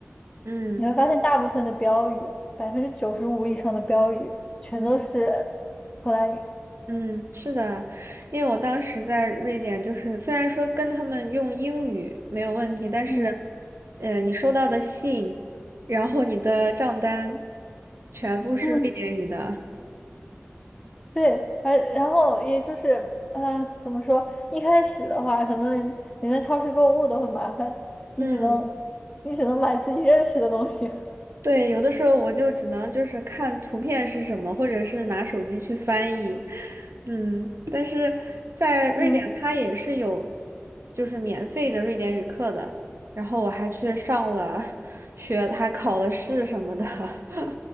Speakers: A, on the right; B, on the left.
A: 嗯
B: 你会发现大部分的标语，百分之九十五以上的标语全都是
A: 嗯
B: 荷兰语。
A: 嗯，是的，因为我当时在瑞典，就是虽然说跟他们用英语没有问题，但是，
B: 嗯
A: 呃，你收到的信，然后你的账单，全部是瑞典语的。
B: 嗯对，而然后也就是，呃，怎么说？一开始的话，可能连连在超市购物都很麻烦，你只能你只能买自己认识的东西。
A: 嗯。
B: <laughs>
A: 对，有的时候我就只能就是看图片是什么，或者是拿手机去翻译，嗯，但是在瑞典它也是有
B: 嗯，
A: 就是免费的瑞典语课的，然后我还去上了学，还考了试什么的。<laughs>